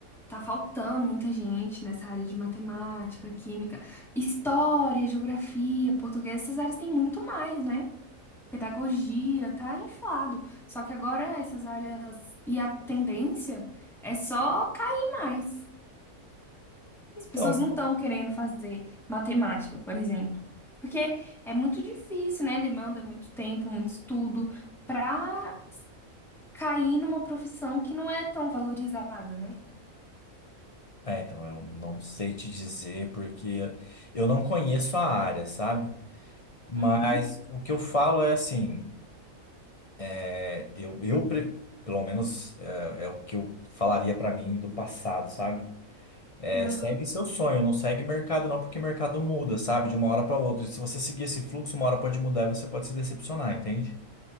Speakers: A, in the centre; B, on the left.
A: tá faltando muita gente nessa área de matemática, química, história, geografia, português, essas áreas têm muito mais, né? Pedagogia, tá inflado. Só que agora essas áreas e a tendência é só cair mais.
B: Então,
A: As pessoas não estão querendo fazer matemática, por exemplo, porque é muito difícil, né? Demanda muito tempo, muito estudo. para cair numa profissão que não é tão valorizada, né?
B: é, então eu não sei te dizer porque eu não conheço a área, sabe? Mas
A: Uhum,
B: o que eu falo é assim, é, eu, eu pre- pelo menos é, é o que eu falaria pra mim do passado, sabe? É,
A: uhum,
B: segue seu sonho, não segue mercado não, porque mercado muda, sabe? De uma hora pra outra. E se você seguir esse fluxo, uma hora pode mudar e você pode se decepcionar, entende?